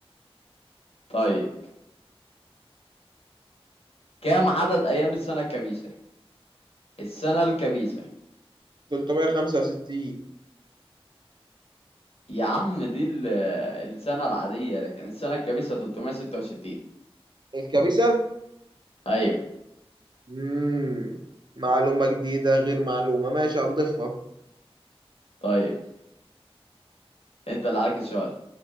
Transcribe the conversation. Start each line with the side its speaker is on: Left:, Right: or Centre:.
Left: طيب كم عدد أيام السنة الكبيسة السنة الكبيسة
Right: 365
Left: يا عم دي ال- السنة العادية لكن السنة الكبيسة 366
Right: الكبسة
Left: أيوه
Right: مم. معلومة جديدة غير معلومة ماشي هنضيفها
Left: طيب أنت اللي عليك السؤال